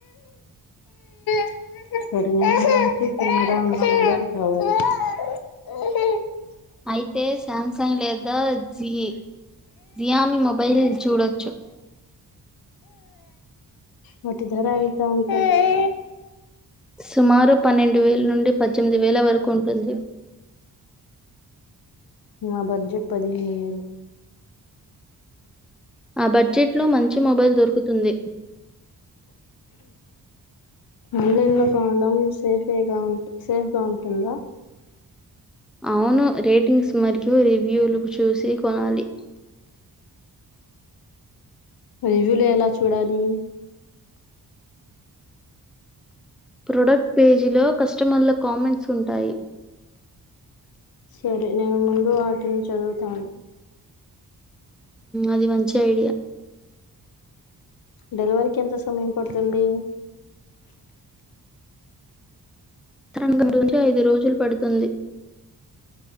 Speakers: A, on the left; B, in the centre.
A: <unintelligible>
B: అయితే సామ్సంగ్ లేదా జి జియామి మొబైల్ చూడొచ్చు
A: వాటి ధర ఎంత ఉంటాయి
B: సుమారు పన్నెండు వేల నుండి పద్దెనిమిది వేల వరకు ఉంటుంది
A: నా బడ్జెట్ పదిహేను వేలు
B: ఆ బడ్జెట్ లో మంచి మొబైల్ దొరుకుతుంది
A: ఆన్లైన్లో కొనడం సేఫేగా సేఫ్గా ఉంటుందా
B: అవును రేటింగ్స్ మరియు రివ్యూలు చూసి కొనాలి
A: రివ్యూలు ఎలా చూడాలి
B: ప్రొడక్ట్ పేజీలో కస్టమర్ల కామెంట్స్ ఉంటాయి
A: సరే నేను ముందు వాటిని చదువుతాను
B: అది మంచి ఐడియా
A: డెలివరీకి ఎంత సమయం పడుతుంది
B: <unintelligible> నుంచి ఐదు రోజులు పడుతుంది